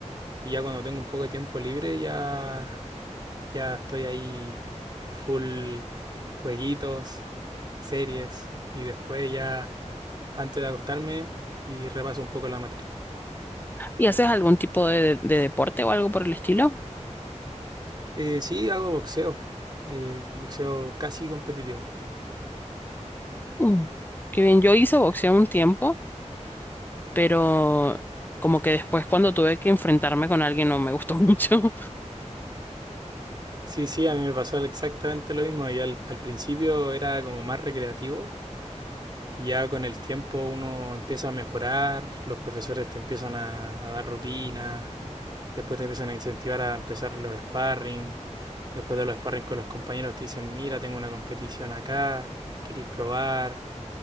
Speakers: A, on the right (about 35°); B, on the left (about 15°).
A: Y ya cuando tengo un poco de tiempo libre, ya, ya estoy ahí full jueguitos, series. Y después ya, antes de acostarme, y repaso un poco la materia.
B: ¿Y haces algún tipo de de deporte o algo por el estilo?
A: Eh, sí, hago boxeo, eh, boxeo casi competitivo.
B: Mm. Qué bien, yo hice boxeo un tiempo, pero como que después cuando tuve que enfrentarme con alguien no me gustó <laughs> mucho.
A: Sí, sí, a mí me pasó exactamente lo mismo. Y al, al principio era como más recreativo. y Ya con el tiempo uno empieza a mejorar, los profesores te empiezan a, a dar rutinas, después te empiezan a incentivar a empezar los sparring, después de los sparring con los compañeros te dicen, mira, tengo una competición acá, ¿queréis probar?